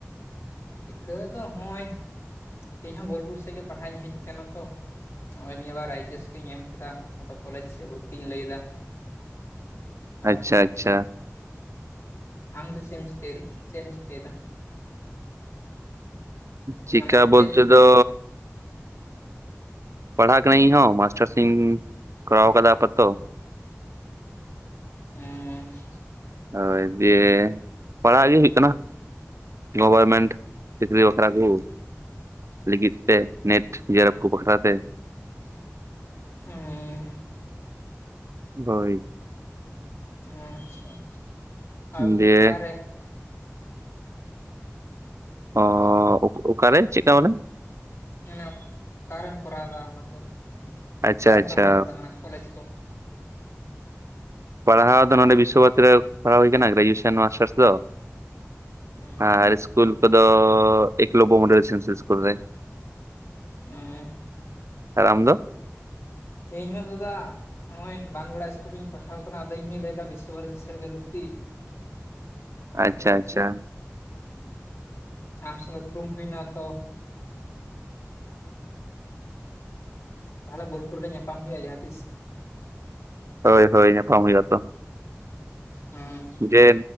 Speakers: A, on the left; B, on the right.
A: <unintelligible> ᱫᱚ ᱱᱚᱜᱼᱚᱭ ᱤᱧ ᱦᱚᱸ ᱵᱳᱞᱯᱩᱨ ᱥᱮᱫ ᱜᱮ ᱯᱟᱲᱦᱟᱜ ᱤᱧ ᱦᱮᱡ ᱟᱠᱟᱱᱟ ᱛᱚ᱾ ᱱᱚᱜᱼᱚᱭ ᱱᱤᱭᱟᱹ ᱵᱟᱨ ᱟᱭᱪᱮᱥ ᱠᱚᱧ ᱮᱢ ᱠᱮᱫᱟ ᱟᱫᱚ ᱠᱚᱞᱮᱡᱽ ᱥᱮᱫ ᱵᱷᱚᱨᱛᱤᱧ ᱞᱟᱹᱭ ᱮᱫᱟ᱾ ᱦᱟᱸ
B: ᱟᱪᱪᱷᱟ ᱟᱪᱪᱷᱟ
A: ᱟᱢ ᱫᱚ ᱪᱮᱢ ᱪᱤᱠᱟᱹᱭ <inaudible> ᱪᱮᱢ ᱪᱤᱠᱟᱹᱭ ᱮᱫᱟ?
B: ᱪᱤᱠᱟ
A: ᱢᱟᱱᱮ <inaudible>
B: ᱵᱚᱞᱛᱮ ᱫᱚ ᱯᱟᱲᱦᱟᱜ ᱠᱟᱹᱱᱤᱧ ᱤᱧ ᱦᱚᱸ ᱢᱟᱥᱴᱟᱨᱥ ᱤᱧ ᱠᱚᱨᱟᱣ ᱟᱠᱟᱫᱟ ᱟᱯᱟ ᱛᱚᱛᱚ᱾
A: ᱮ <inaudible>
B: ᱦᱳᱭ ᱫᱤᱭᱮ, ᱯᱟᱲᱦᱟᱜ ᱜᱮ ᱦᱩᱭᱩᱜ ᱠᱟᱱᱟ ᱾ ᱜᱚᱵᱚᱨᱢᱮᱱᱴ ᱪᱟᱹᱠᱨᱤ ᱵᱟᱠᱷᱨᱟ ᱠᱩ᱾ ᱞᱟᱹᱜᱤᱫ ᱛᱮ, ᱱᱮᱴ ᱡᱤᱟᱨᱮᱯ ᱠᱚ ᱵᱟᱠᱷᱨᱟ ᱛᱮ᱾
A: <unintelligible>
B: ᱦᱳᱭ
A: ᱟᱪᱪᱷᱟ, ᱟᱨ
B: ᱫᱤᱭᱮ
A: ᱚᱠᱟᱨᱮ?
B: ᱚ ᱚᱠᱟᱨᱮ, ᱪᱮᱫᱠᱟ ᱢᱟᱱᱮ?
A: ᱢᱟᱱᱮ ᱚᱠᱟᱨᱮᱢ ᱠᱚᱨᱟᱣᱮᱫᱟ ᱚᱱᱟ ᱠᱚ
B: ᱟᱪᱪᱷᱟ
A: ᱚᱠᱟᱨᱮᱢ
B: ᱟᱪᱪᱷᱟ
A: ᱯᱟᱲᱦᱟᱣ ᱟᱠᱟᱫᱟ ᱢᱟᱱᱮ ᱠᱚᱞᱮᱡᱽ ᱠᱚ?
B: ᱯᱟᱲᱦᱟᱣ ᱫᱚ ᱱᱚᱸᱰᱮ ᱵᱤᱥᱥᱚ ᱵᱷᱟᱨᱚᱛᱤ ᱨᱮ ᱯᱟᱲᱦᱟᱣ ᱦᱩᱭ ᱠᱟᱱᱟ ᱜᱨᱮᱡᱩᱭᱮᱥᱚᱱ ᱱᱚᱣᱟ ᱢᱟᱥᱴᱟᱨᱥ ᱫᱚ ᱾
A: ᱦᱮᱸ
B: ᱟᱨ ᱤᱥᱠᱩᱞ ᱠᱚ ᱫᱚ ᱮᱠᱞᱚᱵᱭᱚ ᱢᱳᱰᱮᱞ ᱨᱮᱥᱤᱰᱮᱱᱥᱤᱭᱟᱞ ᱤᱥᱠᱩᱞ ᱨᱮ ᱾
A: ᱮᱸ
B: ᱟᱨ ᱟᱢ ᱫᱚ?
A: ᱤᱧ ᱦᱚᱸ ᱫᱟᱫᱟ ᱱᱚᱜᱼᱭ ᱵᱟᱸᱛᱜᱚᱲᱟ ᱤᱥᱠᱩᱞ ᱨᱮᱧ ᱯᱟᱲᱦᱟᱣ ᱟᱠᱟᱱᱟ ᱟᱫᱚ ᱤᱧ ᱦᱩᱧ ᱞᱟᱹᱭ ᱮᱫᱟ ᱵᱤᱥᱥᱚ ᱵᱷᱟᱨᱚᱛᱤ ᱥᱮᱫ ᱨᱮ ᱜᱮ ᱵᱷᱚᱨᱛᱤᱜ᱾ <inaudible>
B: ᱟᱪᱪᱷᱟ ᱟᱪᱪᱷᱟ ᱾
A: ᱟᱢ ᱥᱟᱣ ᱩᱯᱨᱩᱢ ᱦᱩᱭ ᱮᱱᱟ ᱛᱚ ᱛᱟᱦᱞᱮ ᱵᱳᱞᱯᱩᱨ ᱨᱮ ᱧᱟᱯᱟᱢ ᱦᱩᱭᱩᱜᱼᱟ ᱡᱟᱦᱟᱸ ᱛᱤᱥ ᱾
B: ᱦᱳᱭ ᱦᱳᱭ ᱧᱟᱯᱟᱢ ᱦᱩᱭᱩᱜᱼᱟ ᱛᱚ ᱾
A: ᱦᱮᱸ
B: ᱡᱮ